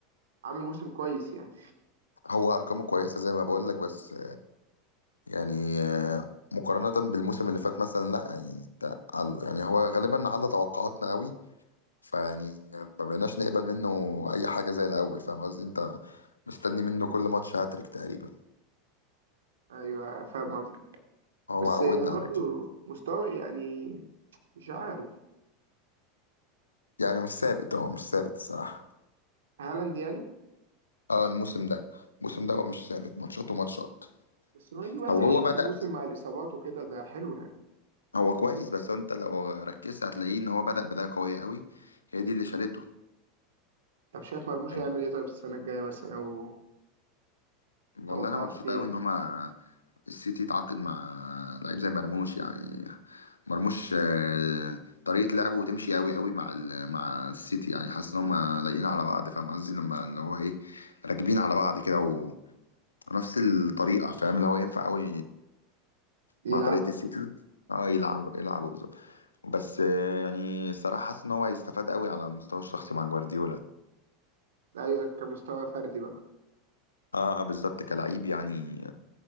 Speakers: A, on the right; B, on the left.
A: عامل موسم كويس يعني
B: هو ارقامه كويسه زي ما بقول لك بس يعني آه، مقارنة بالموسم اللي فات مثلا لا يعني انت عل- يعني هو غالبا على توقعاتنا قوي فيعني ما بقيناش نقبل منه اي حاجة زي الاول فاهم قصدي انت مستني منه كل ماتش هاتريك تقريبا
A: ايوه فاهم قصدي بس
B: هو عودنا على
A: برضه
B: كده
A: مستوى يعني مش عارف
B: يعني مش ثابت هو مش ثابت الصراحة
A: هالاند يعني
B: اه الموسم ده الموسم ده هو مش ثابت ماتشات وماتشات
A: بس انه يجي 21
B: او هو بدأ
A: في الموسم مع الاصابات وكده ده حلو يعني
B: هو كويس بس انت لو ركزت هتلاقيه ان هو بدأ بداية قوية قوي هي دي اللي شالته
A: طب شايف مرموش
B: يعني
A: هيعمل ايه طيب السنه الجايه مثلا او
B: والله
A: توقعاتك
B: انا مبسوط
A: ليه
B: قوي
A: يعني
B: ان هما السيتي يتعاقد مع لعيب زي مرموش يعني مرموش آه، طريقة لعبه تمشي قوي قوي مع ال- مع السيتي يعني حاسس ان هم لايقين على بعض فاهم قصدي لما اللي هو ايه راكبين على بعض كده و- ونفس الطريقة فاهم اللي هو ينفع قوي
A: يلعبوا
B: مع طريقة السيتي اه يلعب يلعبوا بالظبط بس آه، يعني الصراحة حاسس ان هو هيستفاد قوي على المستوى الشخصي مع جوارديولا
A: اي كمستوى فردي بقى
B: اه بالظبط كلعيب يعني